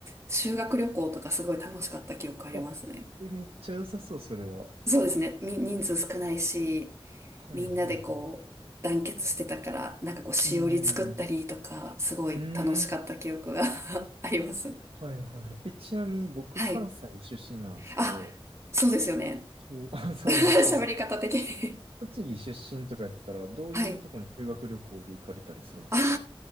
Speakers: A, on the right; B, on the right.
A: 修学旅行とかすごい楽しかった記憶ありますね。
B: あ、え、めっちゃ良さそう、それは。
A: そうですね。み、人数少ないし、
B: はいはいは
A: みんなでこう、団結してたから、なんかこう、しおり作ったりとか、
B: い。うんうんうん。
A: すごい楽しかった記憶が
B: うん
A: <laughs> あります。
B: はいはいえ、ちなみに僕、
A: はい。
B: 関西出身なんですけど、
A: あ、そうですよね。
B: そう、あそうなんです。
A: <laughs> 喋り方的に
B: その、栃木出身とかやったら、どういうとこに修学旅行で行かれたりするんですか
A: はい。あ